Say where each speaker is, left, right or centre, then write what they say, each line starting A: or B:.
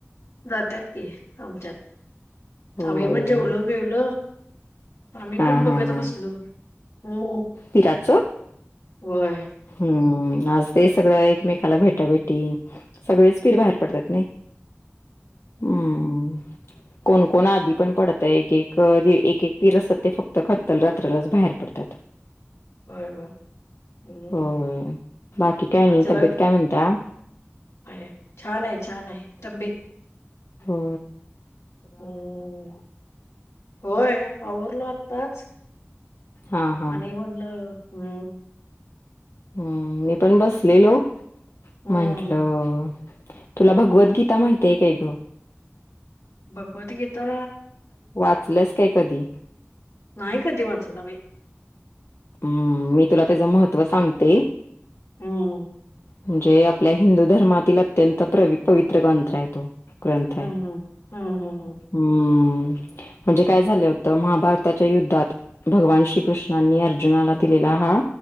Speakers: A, on the left (about 85°); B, on the left (about 60°).
A: जातात की आमच्यात
B: होय.
A: आम्ही पण जेवलो बेवल आ्ही
B: हां,
A: पण बघत
B: हां, हां.
A: बसलो हो
B: पिराचं?
A: वय
B: हं. आज ते सगळं एकमेकाला भेटा भेटी सगळेच फिर बाहेर पडतात नाही हम्म कोण कोण आधी पण पडतय एक एक एक एक पीर असत ते फक्त खतल रात्रालाच बाहेर पडतात
A: बय बाय हम्म
B: होय. बाकी काय नाही.
A: ह जरा
B: तब्येत काय म्हणता?
A: अ छान आहे छान आहे तब्येत
B: हो
A: हम्म होय आवरवरल च
B: हां, हां.
A: आणि म्हटलं अम
B: हम्म मी पण बसलेलो
A: हं.
B: म्हंटलं तुला भगवद्गीता माहित आहे काय ग
A: भगवत गीता
B: वाचलंस काय कधी
A: नाहीय कध वाचलावे
B: ह् मी तुला त्याचं महत्त्व सांगते
A: हम
B: म्हणजे आपल्या हिंदू धर्मातील अत्यंत पवित्र ग्रंथ आहे तो ग्रंथय
A: हं, हं, हं, हं,
B: हम्म म्हणजे काय झालं होतं महाभारताच्या युद्धात भगवान श्रीकृष्णांनी अर्जुनाला दिलेला हा